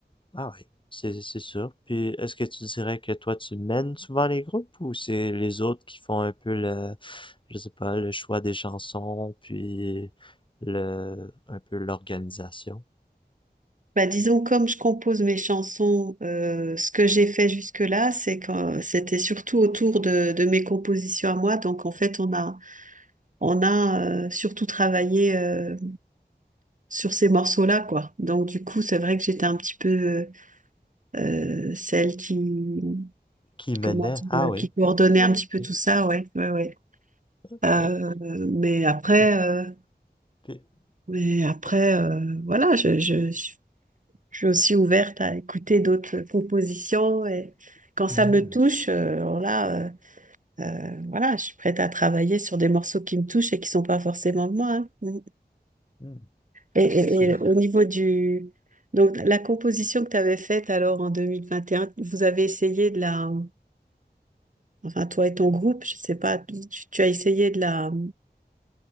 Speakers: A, on the left; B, on the right.
A: ah oui, c'est, c'est sûr. Puis, est-ce que tu dirais que toi, tu mènes souvent les groupes ou c'est les autres qui font un peu le, je sais pas, le choix des chansons, puis le, un peu l'organisation?
B: Bah, disons comme je compose mes chansons, euh, ce que j'ai fait jusque-là, c'est que euh, c'était surtout autour de, de mes compositions à moi. Donc en fait, on a on a euh, surtout travaillé euh, sur ces morceaux-là quoi. Donc du coup, c'est vrai que j'étais un petit peu euh, celle qui
A: Qui menait.
B: comment dire,
A: Ah oui.
B: qui coordonnait
A: Ah,
B: un petit
A: ok,
B: peu tout ça. Ouais, ouais, ouais.
A: ok.
B: Euh, mais après,
A: Hmm.
B: euh,
A: Puis-
B: mais après,
A: euh,
B: euh, voilà, je, je, je suis aussi ouverte à écouter d'autres compositions et quand
A: Hmm.
B: ça me touche, euh, alors là, euh, euh, voilà, je suis prête à travailler sur des morceaux qui me touchent et qui sont pas forcément de moi. hein. Mmh.
A: Hmm.
B: Et, et-
A: Ah, c'est
B: et
A: bien.
B: au niveau du, donc la composition que tu avais faite alors en 2021, vous avez essayé de la, enfin toi et ton groupe, je sais pas, tu, tu as essayé de la